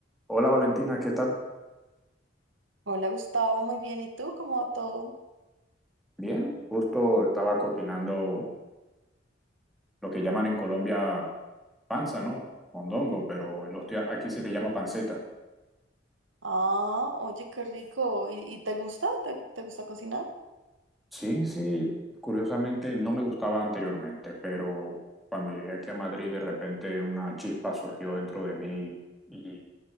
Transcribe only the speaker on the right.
Hola Gustavo, muy bien. ¿Y tú? ¿Cómo va todo?
Ah, oye, qué rico. ¿Y, y te gusta? ¿Te, te gusta cocinar?